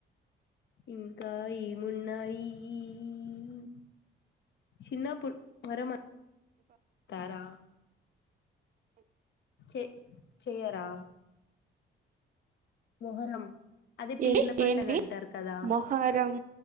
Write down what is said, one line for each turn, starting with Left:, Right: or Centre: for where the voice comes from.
Left: ఇంకా ఏమున్నాయి హు చిన్నపు <unintelligible> మరమతారా చెే చేయరా మొహరం అదే పీర్ల
Right: ఏ
Left: పండగ
Right: ఏంటిది
Left: అంటారు కదా
Right: మొహరం